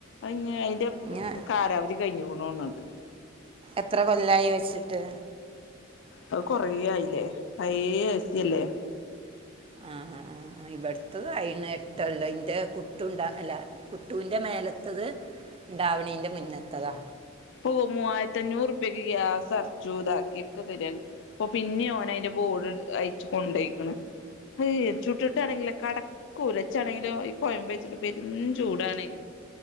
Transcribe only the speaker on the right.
ഇഞ്ഞ്
എത്ര കൊല്ലായി വെച്ച്ട്ട്
ആഹ് ആഹ് ആഹ് ആഹ് ഇവെട്ത്തതും ആയിര്ന്ന് എട്ടാെല്ലം ഇന്റെ കുട്ടുണ്ട എല്ല കുട്ടൂന്റെ മേലെത്തത് ഇണ്ടാവ്ണീന്റെ മുന്നത്തതാ